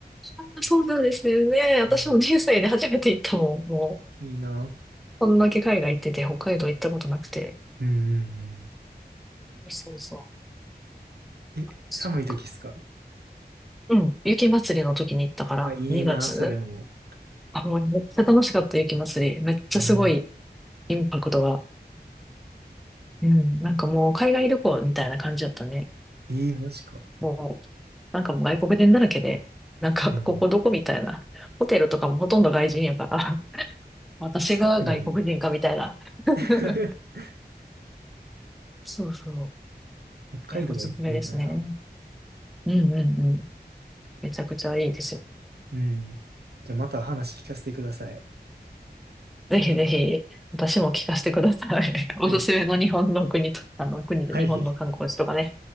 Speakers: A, in the centre; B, on the right.
A: あー、そうなんですよね。私も人生で初めて行ったもん。
B: うん
A: もう、
B: いいな。
A: こんだけ海外行ってて、北海道行ったことなくて。
B: うんうんうん
A: そうそう。
B: え、
A: そうか
B: 寒い時っすか
A: うん。雪祭りの時に行ったから、
B: あ、いいな、
A: 2月。
B: それも。
A: あ、もうめっちゃ楽しかった、雪祭り。めっちゃすごい
B: いい、
A: インパクトが。うん。なんかもう海外旅行みたいな感じだったね。
B: えーマジか。
A: もう、なんかもう外国人だらけで、なんか、
B: うん。
A: ここどこみたいな。ホテルとかもほとんど外人やから、<laughs> 私が外国人かみたいな。
B: そうなんよ。
A: <laughs>
B: <laughs>
A: そうそう。
B: 北海道は行ってみたいな。
A: いや、おすすめですね。うんうんうん。めちゃくちゃいいですよ。
B: うん。じゃあまた話聞かせてください。
A: ぜひぜひ、私も聞かせてください。<laughs>
B: はい。
A: おすすめの日本の国と、あの、国で日本の観光地とかね。
B: はい。